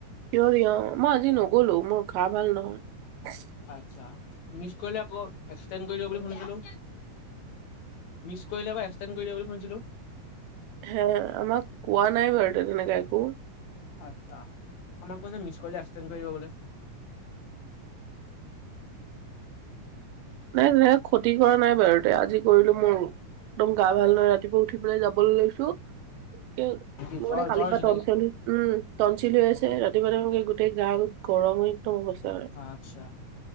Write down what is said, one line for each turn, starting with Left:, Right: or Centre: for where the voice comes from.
Right: থিয়ৰী অ, মই আজি নগলো মোৰ গা ভাল নহয়।
Left: আচ্ছা, মিছ কৰিলে আকৌ এক্সটেণ্ট কৰি দিব বুলি শুনিছিলো। মিছ কৰিলে আকৌ এক্সটেণ্ট কৰি দিয়ে বুলি শুনিছিলো।
Right: হে আমাক কোৱা নাই বাৰু তেনেকে একো।
Left: আচ্ছা আমাক কৈছে মিছ কৰিলে এক্সটেণ্ট কৰি দিব বোলে।
Right: নাই তেনেকে খতি কৰা নাই বাৰু তে আজি কৰিলোঁ মোৰ একদম গা ভাল নহয় ৰাতিপুৱা উঠি পেলাই যাবলৈ লৈছোঁ। কে,
Left: কি
Right: মোৰ
Left: জ্বৰ
Right: মানে কালি
Left: জ্বৰ হৈছে
Right: পৰা টনচিল,
Left: নেকি
Right: উম টনচিল হৈ আছে।
Left: অ
Right: ৰাতিপুৱা তামানে কি গোটেই গা গৰম হৈ একদম অৱস্থা
Left: আচ্ছা।